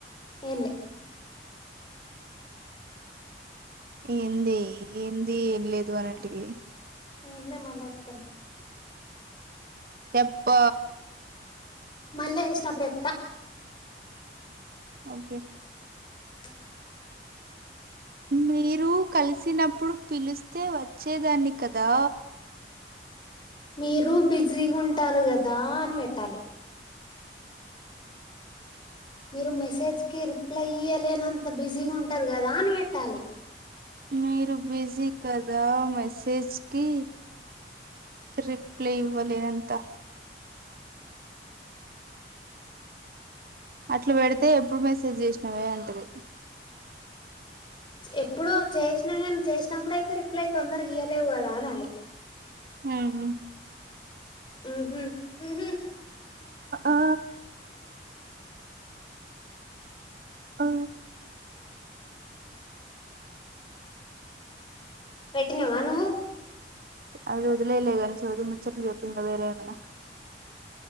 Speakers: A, on the left; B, on the right.
A: ఏంలే
B: ఏంది ఏంది ఏం లేదు అనంటివి
A: ఏంలే మల్ల చెప్తా
B: చెప్ప
A: మల్ల చేసినపుడు చెప్తా
B: ఓకే
A: అ
B: మీరు కలిసినప్పుడు పిలిస్తే వచ్చేదాన్ని కదా
A: మీరు బిజీ ఉంటారు కదా అని పెట్టాలి మీరు మెసేజ్ కి రిప్లై ఇయలేనంత బిజీగా ఉంటారు కదా అని పెట్టాలి
B: మీరు బిజీ కదా మెసేజ్ కి రిప్లే ఇవ్వాలేనంత అట్లా పెడితే ఎప్పుడు మెసేజ్ చేసినవే అంటది
A: ఎప్పుడు చేసినా కానీ చేసినప్పుడుయితే రిప్లై తొందరగా గీయలేవు కదా అనాలి
B: ఆహా
A: ఉహు ఉహు
B: ఆ ఆ
A: పెట్టినావా నువ్వు
B: అ వదిలే లే గని చది ముచ్చట్లు చెప్పు ఇంగ వేరె ఏమైనా